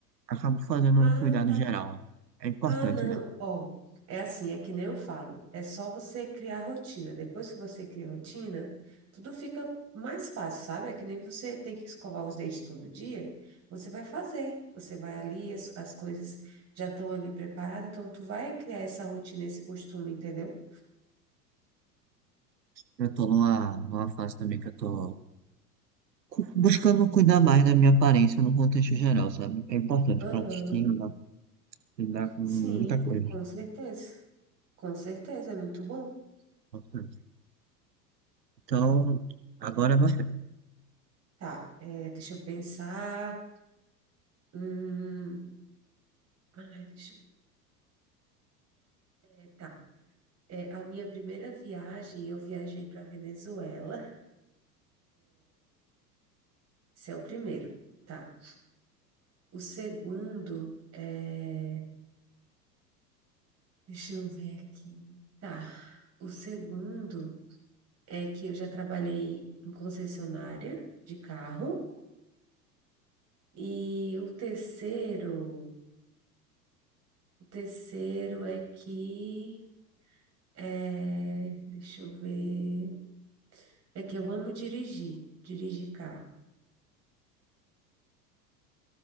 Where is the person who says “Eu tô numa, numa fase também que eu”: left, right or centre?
Right